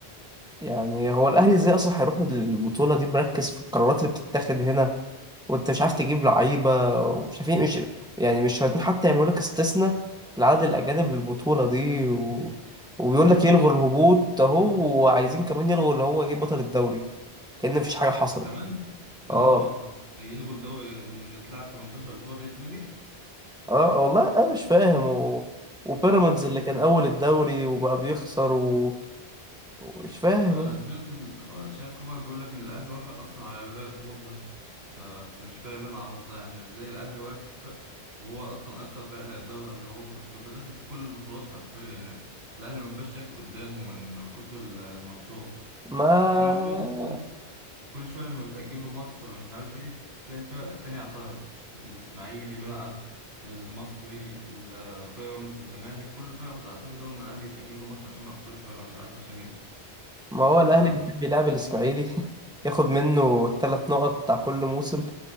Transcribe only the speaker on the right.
كمان ايه
العبط ده إيه يلغوا الدوري اللي اتلعب 18 اسبوع ده يتلغي
آه،
انا سمعت ال- شايف خبر بيقول لك ان الاهلي وافق اصلا على إلغاء الهبوط ده آه، بس مش فاهم ايه العبط ده يعني ازاي الاهلي وافق وهو اصلا اكتر فريق هيتضرر اللي هو بيبقى داخل في كل البطولات حرفيا يعني الاهلي ما بيبقاش شايف قدامه من كتر ال- الماتشات
وكل شوية أصلا كل شوية لما بتأجل له ماتش ولا مش عارف إيه تلاقي الفرق التانية اعترضت الإسماعيلي بقى المصري ال- بيراميدز الزمالك كل الفرق بتعترض أول ما الأهلي يتأجل له ماتش عشان أفريقيا ولا مش عارف عشان إيه
ف